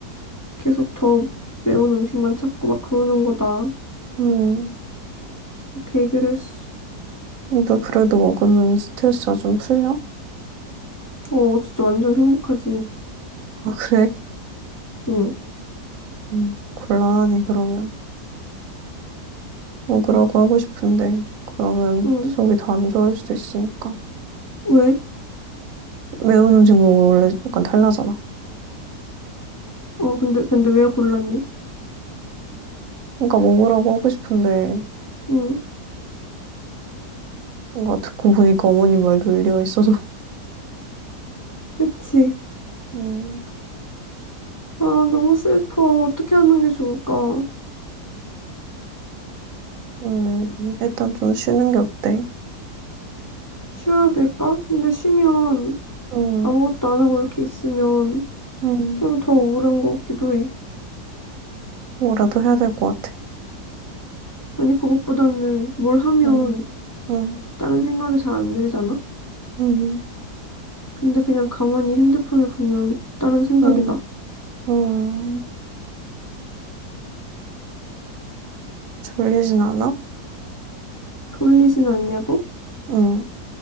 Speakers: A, on the left; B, on the right.
A: 계속 더 매운 음식만 찾고 막 그러는 거다.
B: 음.
A: 그렇게 얘기를 했어.
B: 근데 그래도 먹으면 스트레스가 좀 풀려?
A: 어, 진짜 완전 행복하지.
B: 아, 그래?
A: 응,
B: 음, 곤란하네, 그러면. 뭐 그러고 하고 싶은데 그러면
A: 응.
B: 속이 더 안 좋을 수도 있으니까
A: 왜?
B: 매운 음식 먹으면 원래 약간 탈나잖아.
A: 어, 근데, 근데 왜 골랐네?
B: 그러니까 먹으라고 하고 싶은데
A: 응,
B: 뭔가 듣고 보니까 어머님 말도 일리가 있어서 <laughs>
A: 그치.
B: 음,
A: 아, 너무 슬퍼. 어떻게 하는 게 좋을까?
B: 음, 일단 좀 쉬는 게 어때?
A: 쉬어야 될까? 근데 쉬면
B: 음,
A: 아무것도 안 하고 이렇게 있으면
B: 음,
A: 좀 더 우울한 것 같기도 해.
B: 뭐라도 해야 될 것 같아.
A: 아니, 그것보다는 뭘 하면
B: 음, 음,
A: 다른 생각이 잘 안 들잖아?
B: 음,
A: 근데 그냥 가만히 핸드폰을 보면 다른 생각이다.
B: 음, 음, 졸리진 않아?
A: 졸리진 않냐고?
B: 응